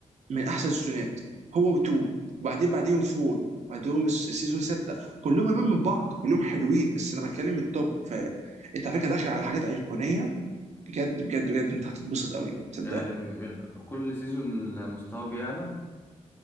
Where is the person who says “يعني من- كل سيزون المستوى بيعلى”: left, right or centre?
Left